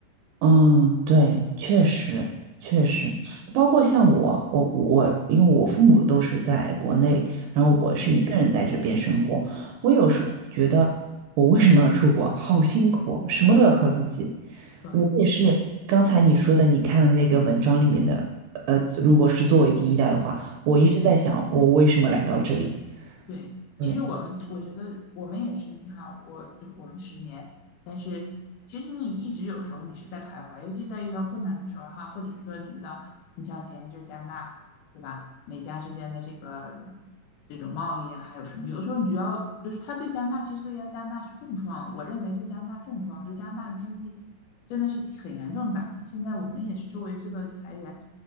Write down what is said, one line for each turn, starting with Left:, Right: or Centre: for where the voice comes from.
Right: 嗯，对，确实确实，
Left: 嗯
Right: 包括像我，我我，因为我父母都是在国内，然后我是一个人在这边生活，
Left: 嗯，
Right: 我有时候会觉得，我为什么要出国？好辛苦哦什么都要靠自己。
Left: 对。
Right: 我也是刚才你说的，你看的那个文章里面的，呃，如果是作为第一代的话，我一直在想，我为什么来到这里？
Left: 对，
Right: 对，
Left: 其实我们我觉得我们也是，你看，我就我们十年，但是其实你一直有时候你是在徘徊，尤其在遇到困难的时候哈，或者是说你遇到你像前一阵儿加拿大，对吧？美加之间的这个这种贸易啊，还有什么？有的时候你只要就是他对加拿大，其实对加拿大是重创，我认为对加拿大重创，对加拿大的经济真的是很严重的打击。现在我们也是周围这个裁员，